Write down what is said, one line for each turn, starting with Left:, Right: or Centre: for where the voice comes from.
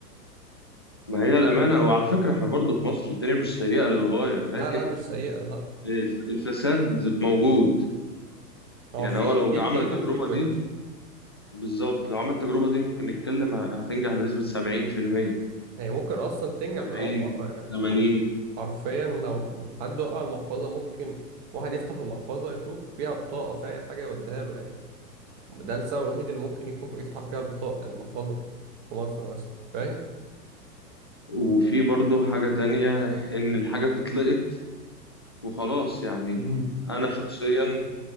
Left: ما هي الأمانة وعلى فكرة احنا برضو في مصر الدنيا مش سيئة للغاية لكن
Right: لا لا مش سيئة لا
Left: الف- الفساد موجود
Right: هو
Left: يعني
Right: في
Left: هو لو
Right: في
Left: جا-
Right: الحلو
Left: عمل التجربة
Right: وفي الوحش
Left: دي بالظبط لو عمل التجربة دي ممكن نتكلم ه- هتنجح بنسبة 70%
Right: هي ممكن أصلا تنجح
Left: 70
Right: من أول مرة يعني إحنا
Left: 80
Right: حر- حرفيا لو حد وقع المحفظة ممكن واحد يفتح المحفظة يشوف فيها بطاقة فيها أي حاجة يوديها له يعني ده السبب الوحيد اللي ممكن يكون يفتح فيها البطاقة المحفظة في مصر مثلا فاهم
Left: وفي برضو حاجة تانية إن الحاجة تتلقط وخلاص يعني
Right: امم
Left: أنا شخصيا